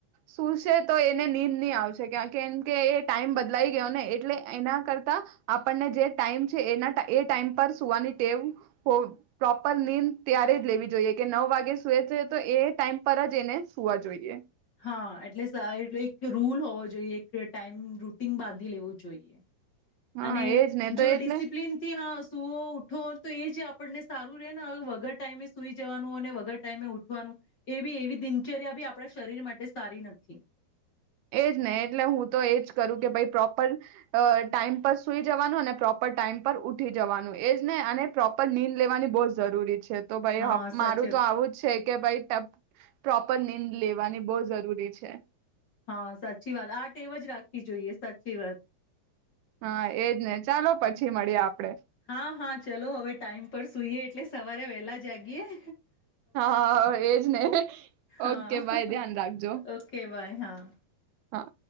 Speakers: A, on the right; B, on the left.
A: સુશે તો એને નીંદ ની આવે છે કેમ કે એ ટાઈમ બદલાઈ ગયો ને એટલે એના કરતા આપણને જે ટાઈમ છે એના એ ટાઈમ પર સુવાની ટેવ પ્રોપર નીંદ ત્યારે જ લેવી જોઈએ કે નવ વાગે સુએ છે તો એ ટાઈમ પર જ એને સુવા જોઈએ.
B: હા એટલે એ એક રૂલ હોવો જોઈએ એક ટાઈમ રૂટીન બાંધી લેવું જોઈએ.
A: હા
B: અને
A: એજ ને
B: જો
A: તો
B: ડિસિપ્લિનથી
A: એટલે
B: હ સૂવો ઉઠો તો એ જે આપણને સારું રહે ને વગર ટાઈમે સુઈ જવાનું અને વગર ટાઈમે ઉઠવાનું એ બી એવી દિનચર્યા બી આપણા શરીર માટે સારી નથી.
A: એજ ને એટલે હું તો એજ કરું કે ભઈ પ્રોપર ટાઈમ પર સુઈ જવાનું અને પ્રોપર ટાઈમ પર ઉઠી જવાનું એજ ને અને પ્રોપર નીંદ લેવાની બહુ જ જરૂરી છે તો ભાઈ
B: હા સાચી
A: મારું
B: વાત
A: તો આવું જ છે કે ભાઈ પ્રોપર નીંદ લેવાની બઉ જરૂરી છે.
B: હા સાચી વાત આ ટેવ જ રાખવી જોઈએ સાચી વાત.
A: હા એજ ને ચાલો પછી મડીએ આપડે.
B: હા હા ચલો હવે ટાઈમ પર સુઈએ એટલે સવારે વેલા જાગીએે.
A: હા આ આ એજ ને
B: હા
A: ઓકે બાય ધ્યાન રાખજો.
B: ઓકે બાય હા
A: હા.